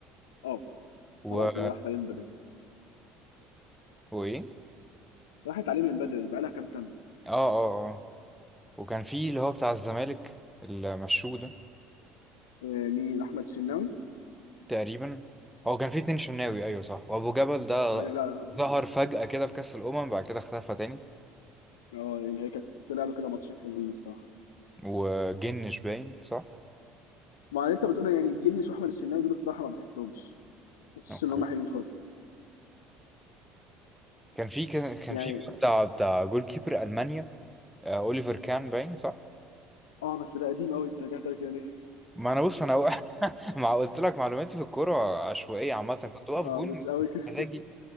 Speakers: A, on the left; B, in the centre.
A: اه
B: و
A: خلاص هي راحت عليه من بدري
B: وايه
A: راحت عليه من بدري بقى لها كام سنه
B: اه اه اه وكان في اللي هو بتاع الزمالك اللي مشوه ده
A: آه مين احمد الشناوي
B: تقريبا هو كان في اتنين شناوي ايوه صح وابو جبل ده
A: ايوه لا
B: ظهر فجأة كده في كأس الأمم بعد كده اختفى تاني
A: اه يعني هي كانت طلع له كده ماتشين حلوين الصراحه
B: وجنش باين صح
A: ما انت بتقول يعني جنش واحمد الشناوي دول الصراحه ما بحسهمش ما بحسش
B: اوكي
A: ان هم حلوين خالص
B: كان في كان كان
A: يعني
B: في بتاع بتاع جول كيبر ألمانيا آه، اوليفر كان باين صح
A: اه بس ده قديم قوي انت جاي تقول كده ليه؟
B: ما انا بص انا <laughs> مع قلت لك معلوماتي في الكوره عشوائيه عامه كنت بقف
A: اه
B: جون
A: مش قوي كده
B: مزاجي